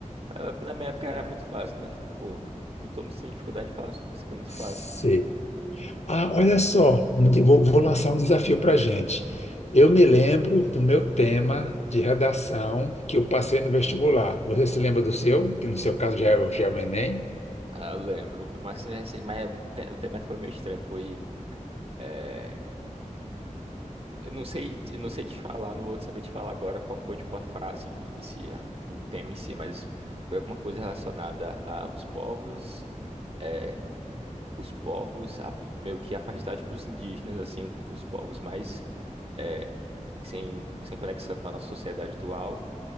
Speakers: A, on the right; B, on the left.
A: Ah, Na minha época era muito fácil, né? Tipo, pô, tu toma sim dificuldade fácil, pô, isso aqui é muito
B: Sei.
A: fácil.
B: Ah, olha só, vou, vou lançar um desafio para a gente. Eu me lembro do meu tema de redação que eu passei no vestibular. Você se lembra do seu? Que no seu caso já é, o- já é o Enem?
A: Ah, eu lembro, por mais que seja recente, mas é, o te- o tema foi meio estranho, foi... é, Eu não sei, eu não sei te falar, não vou saber te falar agora qual foi, tipo, a frase em, em si, a- o tema em si, mas foi alguma coisa relacionada aos povos, é, os povos, a- meio que afastar, tipo, os indígenas, assim, os povos mais... é, sem, sem conexão com a nossa sociedade atual